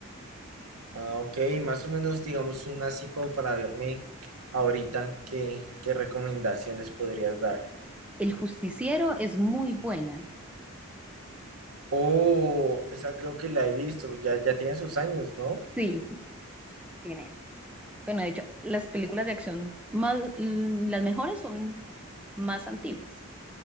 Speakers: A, on the right; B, in the centre.
A: Ah, ok, más o menos, digamos, una así como para verme ahorita, ¿qué, qué recomendaciones podrías dar?
B: El Justiciero es muy buena.
A: Oh, esa creo que la he visto, ya, ya tiene sus años, ¿no?
B: Sí, tiene. Bueno, de hecho, las películas de acción más, mm, las mejores son más antiguas.